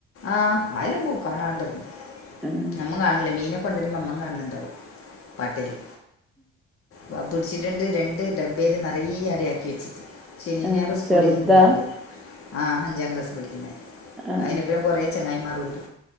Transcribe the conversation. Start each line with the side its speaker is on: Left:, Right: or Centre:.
Left: ആഹ് അയ്ല് മുക്കാണാതോ
Centre: ഏഹ്
Left: നം മ്മും കാണൂല മീന് കൊണ്ടര്മ്മം കാണല്ണ്ടാവും പാട്ടെല് പ പിട്ച്ച്ട്ട്ണ്ട് രണ്ട് ഡബ്ബെല് നറയെ അടിയാക്കി വെച്ച് ശനിം
Centre: ഏഹ്
Left: ഞായറും സ്കൂളിൽ
Centre: ചെറുതാ
Left: ഇല്ല് ഉണ്ടാവില്ലേ ആ അഞ്ചാം ക്ലാസ്സ് പഠിക്കുന്നെ
Centre: ആഹ്
Left: അതിനപ്പറം കുറേ ചെങ്ങായിമാർും ഉണ്ട്.